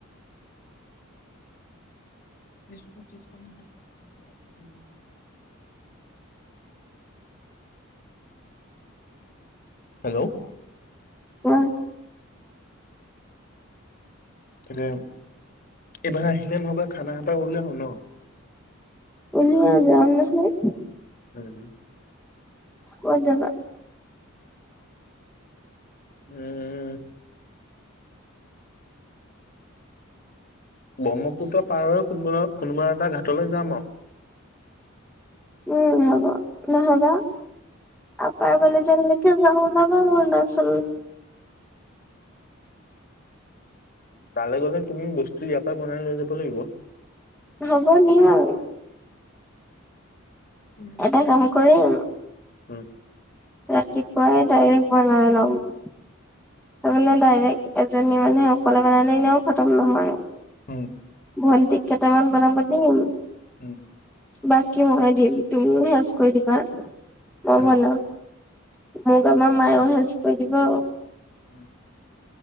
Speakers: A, on the left; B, in the centre.
A: বিচকোত চিচকোত নাই আমি একোৱে নিয়া নাই হেল্ল'।
B: কোৱা।
A: তাকে এইবাৰ আহিলে নহবা খানা এটা উলিয়াও ন।
B: উলিয়া যাম নহয়।
A: উ'ম।
B: ক'ত যাবা?
A: উ'ম। ব্ৰহ্মপুত্ৰ পাৰৰ কোনোব কোনোবা এটা ঘাটলৈ যাম আও।
B: উম, হ'ব নহবা। আব্বাই বোলে যেনকে ওলাবা- ওলাবা <unintelligible>
A: তালে গলে তুমি বস্তু ইয়াৰ পৰা বনাই লৈ যাব লাগিব।
B: হ'ব নিম আৰু।
A: উম,
B: এটা কাম কৰিম
A: হম।
B: ৰাতিপুৱাই ডাইৰেক্ট বনাই ল'ম তাৰমানে ডাইৰেক্ট এজনী মানুহে অকলে বনালে এনেও খতম নহয়।
A: উম
B: ভণ্টিক কেটামান বনাব দিম।
A: হম,
B: বাকী মই দিম তুমিও হেল্প কৰি দিবা মই
A: অ
B: বনাম। মোৰ কামত মায় আৰু হেল্প কৰিব দিব।
A: <unintelligible>